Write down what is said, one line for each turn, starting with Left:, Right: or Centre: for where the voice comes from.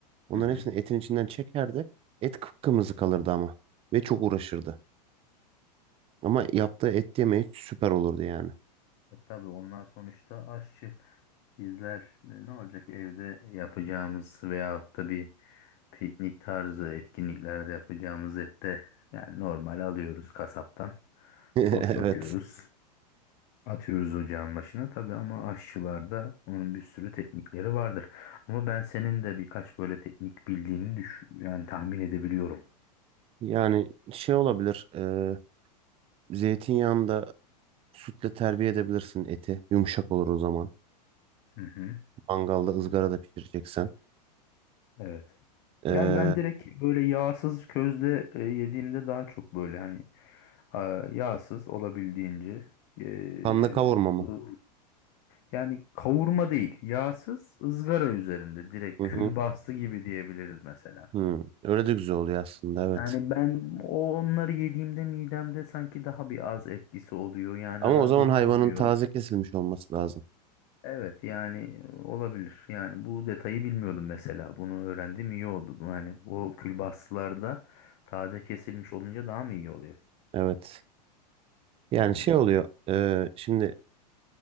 Right: Onların
Left: Hı hı.
Right: hepsini etin içinden çekerdi. Et kıpkırmızı kalırdı ama ve çok uğraşırdı. Ama yaptığı et yemeği süper olurdu yani.
Left: E, Tabii onlar sonuçta aşçı. Bizler e, ne olacak evde yapacağımız veyahut da bir piknik tarzı etkinliklerde yapacağımız ette yani normal alıyoruz kasaptan.
Right: <laughs>
Left: Soslatıyoruz.
Right: Evet.
Left: Atıyoruz ocağın başına tabii ama aşçılarda onun bir sürü teknikleri vardır. Ama ben senin de birkaç böyle teknik bildiğini düş yani tahmin edebiliyorum.
Right: Yani şey olabilir. E, zeytinyağında sütle terbiye edebilirsin eti. Yumuşak olur o zaman.
Left: Hı hı.
Right: Mangalda ızgarada pişireceksen.
Left: Evet.
Right: E,
Left: Yani ben direkt böyle yağsız közde e, yediğimde daha çok böyle hani a, yağsız olabildiğince e,
Right: kanla kavurma mı?
Left: ı- yani kavurma değil yağsız ızgara üzerinde direkt
Right: Hı
Left: külbastı
Right: hı.
Left: gibi diyebiliriz mesela.
Right: Hı. Öyle de güzel oluyor aslında evet.
Left: Yani ben o onları yediğimde midemde sanki daha bir az etkisi oluyor yani
Right: Ama
Left: ra
Right: o zaman
Left: dokunmuyor.
Right: hayvanın taze kesilmiş olması lazım.
Left: Evet yani olabilir. Yani bu detayı bilmiyordum mesela. Bunu öğrendim iyi oldu. Bu Yani o külbastılarda taze kesilmiş olunca daha mı iyi oluyor?
Right: Evet. Yani
Left: Hmm,
Right: şey oluyor. e, şimdi